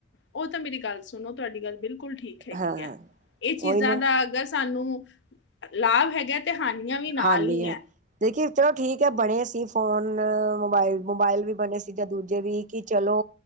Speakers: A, on the left; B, on the right.
A: ਉਹ ਤਾਂ ਮੇਰੀ ਗੱਲ ਸੁਣੋ ਤੁਹਾਡੀ ਗੱਲ ਬਿਲਕੁਲ ਠੀਕ ਹੈਗੀ
B: ਹਾਂ
A: ਹੈ ਇਹ ਚੀਜ਼ਾਂ
B: ਉਹੀ ਨਾ
A: ਦਾ ਅਗਸ ਸਾਨੂੰ ਲਾਭ ਹੈਗਾ। ਤੇ ਹਾਨੀਆਂ ਵੀ ਨਾਲ
B: ਹਾਨਿਆ
A: ਹੀ ਹੈ
B: ਦੇਖੀ ਚਲੋ ਠੀਕ ਹੈ ਬਣੇ ਸੀਂ ਫੋਨ ਮੋਬਾਇਲ ਮੋਬਾਇਲ ਵੀ ਬਣੇ ਸੀ ਜਾਂ ਦੂਜੇ ਵੀ ਕਿ ਚਲੋ